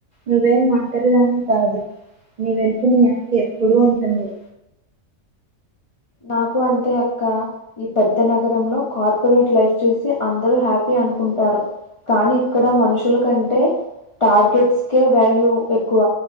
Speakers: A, on the right (about 65°); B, on the left (about 55°).
A: నువ్వేం ఒంటరి దానివి కాదు నీ వెంట నీ అక్క ఎప్పుడూ ఉంటుంది
B: నాకు అంతే అక్క ఈ పెద్ద నగరంలో కార్పొరేట్ లైఫ్ చూసి అందరూ హ్యాపీ అనుకుంటారు కానీ ఇక్కడ మనుషుల కంటే టార్గెట్స్కే వాల్యూ ఎక్కువ